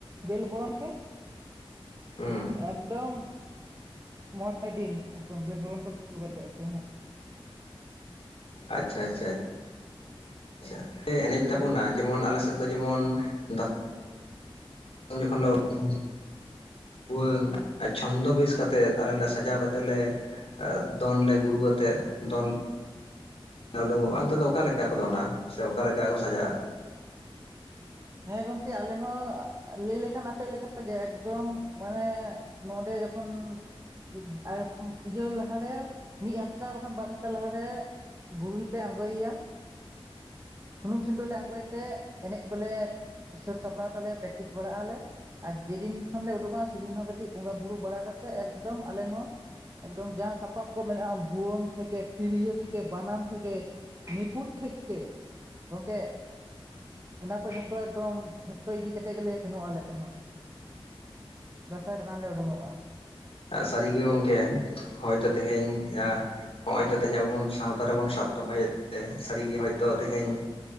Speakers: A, on the right (about 30°); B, on the left (about 75°).
A: ᱵᱮᱞ ᱵᱚᱞᱚᱱ ᱯᱮ
B: ᱦᱩᱸ
A: ᱮᱠᱫᱚᱢ ᱢᱚᱬᱮ ᱫᱤᱱ ᱮᱠᱫᱚᱢ ᱵᱮᱞ ᱵᱚᱨᱚᱱ ᱠᱚ ᱥᱩᱨᱩ ᱠᱟᱛᱮᱫ ᱮᱠᱫᱚᱢ ᱦᱟᱸᱜ᱾
B: ᱟᱪᱪᱷᱟ ᱟᱪᱪᱷᱟ᱾ ᱟᱪᱪᱷᱟ, ᱯᱮ ᱮᱱᱮᱡ ᱛᱟᱵᱚᱱᱟ
A: ᱜᱚᱝᱠᱮ
B: ᱡᱮᱢᱚᱱ ᱟᱞᱮᱥᱮᱡ ᱫᱚ ᱡᱮᱢᱚᱱ ᱫᱟᱸ <unintelligible> ᱵᱷᱩᱣᱟᱹᱝ ᱪᱷᱚᱱᱫᱚ ᱵᱮᱥ ᱠᱟᱛᱮᱫ ᱟᱞᱮ ᱞᱮ ᱥᱟᱡᱟᱣ ᱠᱟᱛᱮᱫ ᱞᱮ ᱫᱚᱱ ᱞᱮ ᱜᱩᱨᱩ ᱟᱛᱮᱜ ᱫᱚᱱ ᱩᱰᱩᱝᱚᱜ-ᱟ ᱚᱱᱛᱮ ᱫᱚ ᱚᱠᱟ ᱞᱮᱠᱟ ᱠᱚ ᱫᱚᱱᱟ ᱥᱮ ᱚᱠᱟ ᱞᱮᱠᱟ ᱠᱚ ᱥᱟᱡᱟᱜ-ᱟ?
A: ᱦᱮᱸ ᱜᱚᱝᱠᱮ ᱟᱞᱮ ᱦᱚᱸ ᱞᱟᱹᱭ ᱞᱮᱠᱷᱟᱱ ᱟᱯᱮ ᱞᱮᱠᱟᱜᱮ ᱮᱠᱫᱚᱢ ᱢᱟᱱᱮ ᱱᱚᱰᱮ ᱡᱚᱠᱷᱚᱱ ᱤᱫ ᱟᱜ ᱩᱢᱢ ᱤᱭᱟᱹ ᱞᱟᱦᱟᱨᱮ ᱢᱤᱫ ᱦᱟᱯᱛᱟ ᱵᱟᱠᱷᱟᱱ ᱵᱟᱨ ᱦᱟᱯᱛᱟ ᱞᱟᱦᱟᱨᱮ ᱜᱩᱨᱩ ᱞᱮ ᱟᱬᱜᱚᱭ ᱭᱟ ᱥᱩᱱᱩᱢ ᱥᱤᱸᱫᱩᱨ ᱞᱮ ᱟᱬᱜᱚᱭ ᱛᱮ ᱮᱱᱮᱡ ᱠᱚᱞᱮ ᱥᱟᱹᱛ ᱥᱟᱯᱲᱟᱣ ᱛᱟᱞᱮ ᱯᱨᱮᱠᱴᱤᱥ ᱵᱟᱲᱟᱜ ᱟᱞᱮ ᱟᱨ ᱡᱮᱫᱤᱱ ᱠᱷᱚᱱᱞᱮ ᱩᱰᱩᱝᱚᱜ-ᱟ ᱥᱮᱫᱤᱱ ᱦᱚᱸ ᱠᱟᱹᱴᱤᱡ ᱵᱚᱸᱜᱟ ᱵᱩᱨᱩ ᱵᱟᱲᱟ ᱠᱟᱛᱮ ᱮᱠᱫᱚᱢ ᱟᱞᱮ ᱦᱚᱸ ᱮᱠᱫᱚᱢ ᱡᱟᱦᱟᱸ ᱥᱟᱯᱟᱵ ᱠᱚ ᱢᱮᱱᱟᱜ-ᱟ ᱵᱷᱩᱣᱟᱹᱝ ᱛᱷᱮᱠᱮ, ᱛᱤᱨᱭᱳ ᱛᱷᱮᱠᱮ, ᱵᱟᱱᱟᱢ ᱛᱷᱮᱠᱮ, ᱱᱤᱯᱩᱨᱴ ᱛᱷᱮᱠ-ᱮ ᱜᱚᱝᱠᱮ ᱚᱱᱟ ᱠᱚ ᱡᱷᱚᱛᱚ ᱮᱠᱫᱚᱢ ᱡᱷᱚᱛᱚ ᱤᱫᱤ ᱠᱟᱛᱮᱜ ᱜᱮᱞᱮ ᱥᱮᱱᱚᱜ-ᱟ ᱟᱞᱮ ᱦᱚᱸ ᱫᱟᱸᱥᱟᱭ ᱫᱟᱲᱟᱱ ᱞᱮ ᱩᱰᱩᱝᱚᱜ-ᱟ᱾
B: ᱥᱟᱹᱨᱤᱜᱮ ᱜᱚᱝᱠᱮ ᱦᱚᱭᱛᱚ ᱛᱮᱦᱮᱧ ᱟ ᱦᱚᱜ-ᱚᱭ ᱛᱚ ᱛᱮᱦᱧ ᱟᱵᱚᱵᱚᱱ ᱥᱟᱶᱛᱟ ᱨᱮᱵᱚᱱ ᱥᱟᱵ ᱫᱚᱦᱚᱭᱮᱫ ᱛᱮ ᱥᱟᱹᱨᱤᱜᱮ ᱦᱚᱭᱛᱚ ᱛᱮᱦᱮᱧ